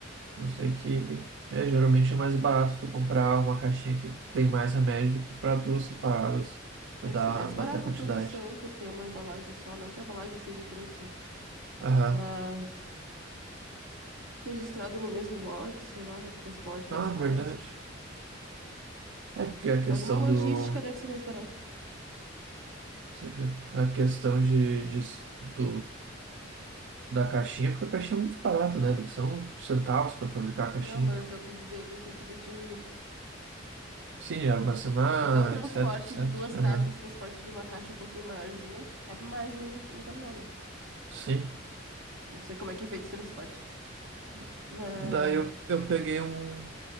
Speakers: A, on the right; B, on the right.
A: Eu sei que é, geralmente é mais barato tu comprar uma caixinha que tem mais remédio do que comprar duas separadas pra
B: Deve
A: dar,
B: ser mais barata
A: bater a quantidade.
B: a produção, porque é uma embalagem só, não que a embalagem seja o preço, né?
A: Aham.
B: Mas registrado no mesmo lote, sei lá, transporte mais
A: Ah,
B: fácil.
A: verdade. É, é porque a questão
B: Alguma logística
A: do.
B: deve ser mais barata.
A: sempre A questão de, de- do, da caixinha, porque a caixinha é muito barata, né? Deve ser uns centavos para fabricar a caixinha.
B: Não, mas eu quis dizer no sentido de
A: Sim, é armazenar,
B: até o transporte
A: etc, etc.
B: de duas caixas,
A: Aham.
B: transporte de uma caixa um pouquinho maiorzinha, cabe mais num, num caminhão, né?
A: Sim.
B: Não sei como é que é feito o transporte. Mas, mas-
A: Daí eu, eu peguei um.